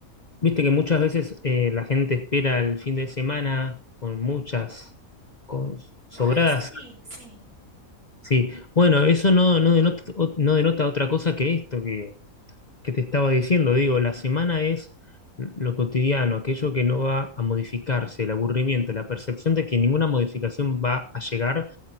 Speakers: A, on the left; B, on the right.
A: viste que muchas veces eh, la gente espera el fin de semana con muchas, con sobradas.
B: ¡Ay, sí, sí!
A: Sí, bueno, eso no, no denota, no denota otra cosa que esto que, que te estaba diciendo. Digo, la semana es lo cotidiano, aquello que no va a modificarse, el aburrimiento, la percepción de que ninguna modificación va a llegar